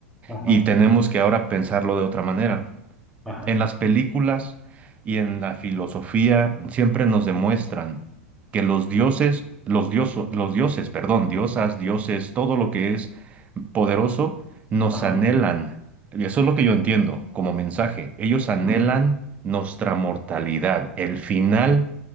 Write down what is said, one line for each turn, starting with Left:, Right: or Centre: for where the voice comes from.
Centre: ajá,
Right: Y tenemos que ahora pensarlo de otra manera
Centre: ajá,
Right: en las películas y en la filosofía siempre nos demuestran que los dioses, los dioso- los dioses, perdón, diosas, dioses, todo lo que es poderoso, nos
Centre: ajá.
Right: anhelan. Y eso es lo que yo entiendo como mensaje. Ellos anhelan
Centre: ujú,
Right: nuestra mortalidad, el final,